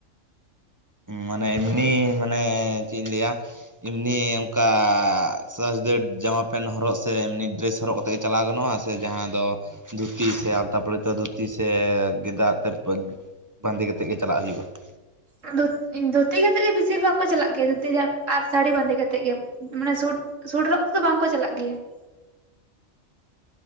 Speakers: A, on the right; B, on the right.
A: ᱦᱮᱸ ᱢᱟᱱᱮ ᱮᱢᱱᱤ ᱢᱟᱱᱮ ᱪᱮᱫ ᱤᱧ ᱞᱟᱹᱭᱟ ᱮᱢᱱᱤ ᱚᱱᱠᱟ <unintelligible> ᱡᱟᱢᱟ ᱯᱮᱱᱴ ᱦᱚᱨᱚᱜ ᱥᱮ ᱮᱢᱱᱤ ᱰᱨᱮᱥ ᱦᱚᱨᱚᱜ ᱠᱟ ᱛᱮ ᱪᱟᱞᱟᱣ ᱜᱟᱱᱚᱜ--ᱟ ᱥᱮ ᱡᱟᱦᱟᱸ ᱫᱚ ᱫᱷᱩᱛᱤ ᱥᱮ ᱟᱞᱛᱟ ᱯᱟᱹᱲ ᱟᱛᱮ ᱫᱷᱩᱛᱤ ᱥᱮ ᱜᱮᱸᱫᱟᱜ ᱛᱮ ᱵᱟᱸᱫᱮ ᱠᱟᱛᱮᱫ ᱜᱮ ᱪᱟᱞᱟᱜ ᱦᱩᱭᱩᱜ-ᱟ ᱾
B: ᱩ ᱫᱷᱩᱛ ᱫᱷᱩᱛᱤ ᱠᱟᱛᱮᱜ ᱜᱮ ᱵᱤᱥᱤᱨ ᱵᱷᱟᱜᱽ ᱠᱚ ᱪᱟᱞᱟᱜ ᱜᱮ ᱫᱷᱩᱛᱤ ᱟᱨ ᱥᱟᱹᱲᱤ ᱵᱟᱸᱫᱮ ᱠᱟᱛᱮᱜ ᱜᱮ ᱾ ᱢᱟᱱᱮ ᱥᱩᱴ ᱥᱩᱴ ᱦᱚᱨᱚᱜ ᱠᱟᱛᱮ ᱫᱚ ᱵᱟᱝᱠᱚ ᱪᱟᱞᱟᱜ ᱜᱮᱭᱟ ᱾